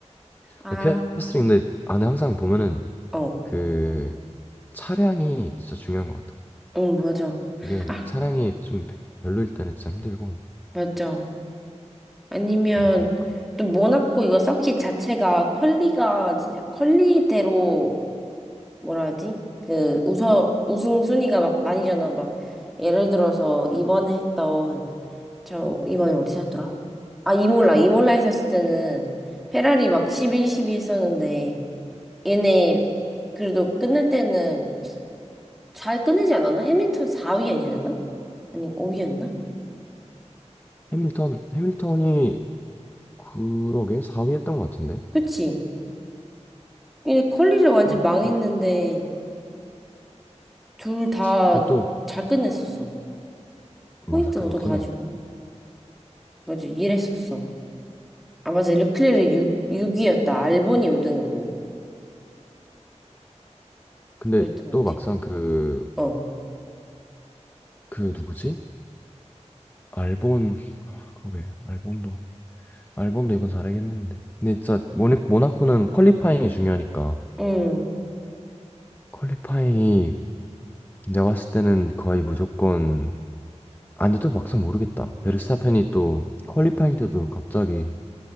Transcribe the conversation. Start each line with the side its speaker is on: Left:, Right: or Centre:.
Centre: 아
Left: 근데 피아스트리 근데 아, 에 항상 보면은
Centre: 어.
Left: 그 차량이 진짜 중요한 것 같아.
Centre: 응 맞아.
Left: 그게
Centre: 아
Left: 차량이 좀 별로일 때는 진짜 힘들고
Centre: 맞아. 아니면
Left: 그러다 보니까
Centre: 또 모나코 이거 서킷 자체가 퀄리가 진짜 퀄리대로 뭐라 하지? 그 우선 우승 순위가 막 나뉘잖아. 막 예를 들어서 이번에 했던 저 이번에 어디서 했더라? 아 이몰라 이몰라 했었을 때는 페라리 막 11, 12 했었는데 얘네 그래도 끝낼 때는 잘 끝내지 않았나? 해밀턴 4위 아니었나? 아니 5위였나?
Left: 해밀턴 해밀턴이 그러게 4위 했던 것 같은데
Centre: 그치? 얘네 퀄리를 완전
Left: 해밀턴.
Centre: 망했는데 둘 다
Left: 근데 또
Centre: 잘 끝냈었어. 포인트
Left: 맞아 그렇긴
Centre: 얻어가지고.
Left: 해.
Centre: 맞아, 일했었어. 아, 맞아. 르클레르 6, 6위였다. 알보니 5등이고.
Left: 근데
Centre: 그랬던
Left: 또
Centre: 것 같아.
Left: 막상 그
Centre: 어.
Left: 그 누구지? 알본 아, 그러게 알본도 알본도 이번 잘하긴 했는데. 근데 진짜 모니, 모나코는 퀄리파잉이 중요하니까
Centre: 응,
Left: 퀄리파잉이 내가 봤을 때는 거의 무조건 아, 근데 또 막상 모르겠다. 베르스타펜이 또 퀄리파잉 때도 갑자기